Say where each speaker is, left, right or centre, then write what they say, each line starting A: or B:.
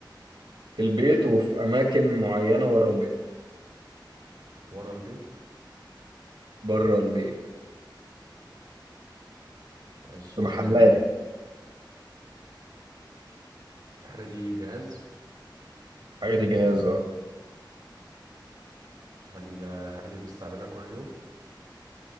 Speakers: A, on the right (about 75°); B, on the right (about 50°).
A: في البيت وفي أماكن معينة بره البيت
B: ورا البيت
A: بره البيت
B: ماشي
A: في محلات
B: آه، الحاجة دي جهاز
A: الحاجة دي جهاز اه
B: هل آه، الحاجة دي بنستعملها كل يوم